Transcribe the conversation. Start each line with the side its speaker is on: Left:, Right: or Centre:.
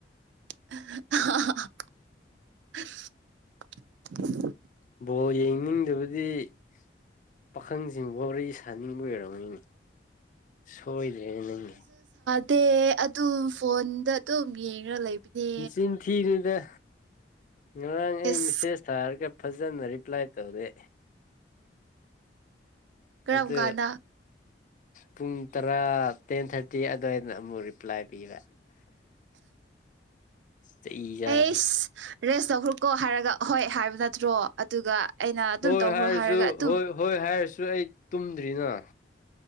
Right: ꯑ
Left: ꯕꯣꯜ ꯌꯦꯡꯅꯤꯡꯗꯕꯗꯤ ꯄꯥꯈꯪꯁꯤꯡ ꯋꯥꯔꯤ ꯁꯥꯅꯤꯡꯕ ꯑꯣꯏꯔꯝꯔꯕꯅꯤꯅꯦ ꯍꯣꯏꯗꯅꯤ
Right: ꯑ ꯑꯗꯨꯝ ꯐꯣꯟꯗ ꯑꯗꯨꯝ ꯌꯦꯡꯉ ꯂꯩꯕꯅꯦ
Left: ꯅꯆꯤꯟ ꯊꯤꯅꯨꯗ ꯉꯔꯥꯡ ꯑꯩ
Right: ꯑꯦꯁ
Left: ꯃꯦꯁꯦꯖ ꯊꯥꯔꯒ ꯐꯖꯅ ꯔꯤꯄ꯭ꯂꯥꯏ ꯇꯧꯔꯦ
Right: ꯀꯧ
Left: ꯑꯗꯨ
Right: ꯀꯥꯟꯗ
Left: ꯄꯨꯡ ꯇꯔꯥ ꯇꯦꯟ ꯊꯥꯔꯇꯤ ꯑꯗꯨꯋꯥꯏꯗ ꯑꯃꯨꯛ ꯔꯤꯄ꯭ꯂꯥꯏ ꯄꯤꯕ ꯆꯩ ꯆꯥꯅꯤ
Right: ꯑꯦꯁ ꯔꯦꯁ ꯆꯈ꯭ꯔꯨꯛꯀꯣ ꯍꯥꯏꯔꯒ ꯍꯣꯏ ꯍꯥꯏꯕ ꯅꯠꯇ꯭ꯔꯣ ꯑꯗꯨꯒ ꯑꯩꯅ ꯑꯗꯨꯝ
Left: ꯍꯣꯏ
Right: ꯇꯧꯈ꯭ꯔꯣ
Left: ꯍꯥꯏꯔꯁꯨ
Right: ꯍꯥꯏꯔꯒ ꯑꯗꯨꯝ
Left: ꯍꯣꯏ ꯍꯣꯏ ꯍꯥꯏꯔꯁꯨ ꯁꯨ ꯑꯩ ꯇꯨꯝꯗ꯭ꯔꯤꯅ